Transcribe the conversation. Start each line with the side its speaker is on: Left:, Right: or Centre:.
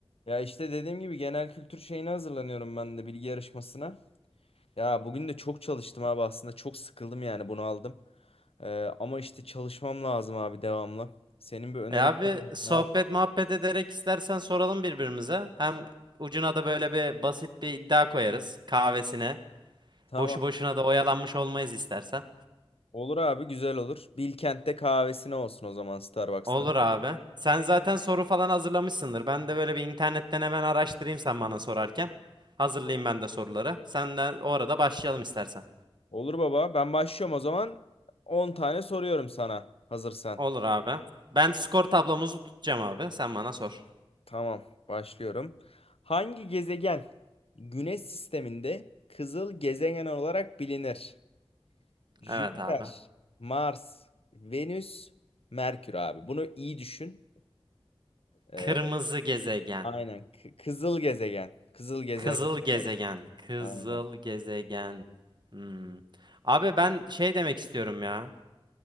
Left: Ya işte dediğim gibi genel kültür şeyine hazırlanıyorum ben de bilgi yarışmasına. Ya bugün de çok çalıştım abi aslında çok sıkıldım yani bunu aldım. Ee, ama işte çalışmam lazım abi devamlı. Senin bir önerin
Right: E abi
Left: var mı?
Right: sohbet
Left: Ne yap?
Right: muhabbet ederek istersen soralım birbirimize. Hem ucuna da böyle bir basit bir iddia koyarız kahvesine.
Left: Tamam.
Right: Boşu boşuna da oyalanmış olmayız istersen.
Left: Olur abi güzel olur. Bilkent'te kahvesine olsun o zaman Starbucks'ta.
Right: Olur abi. Sen zaten soru falan hazırlamışsındır. Ben de böyle bir internetten hemen araştırayım sen bana sorarken. Hazırlayayım ben de soruları. Sen de orada başlayalım istersen.
Left: Olur baba ben başlıyorum o zaman. On tane soruyorum sana hazırsan.
Right: Olur abi. Ben skor tablomuzu tutacağım abi. Sen bana sor.
Left: Tamam başlıyorum. Hangi gezegen Güneş sisteminde kızıl gezegen olarak bilinir? Jüpiter,
Right: Evet abi.
Left: Mars, Venüs, Merkür abi. Bunu iyi düşün. Ee,
Right: Kırmızı gezegen.
Left: aynen. K- kızıl gezegen. Kızıl gezegen
Right: Kızıl gezegen.
Left: olarak.
Right: Kızıl
Left: Aynen.
Right: gezegen. Hmm. Abi ben şey demek istiyorum ya.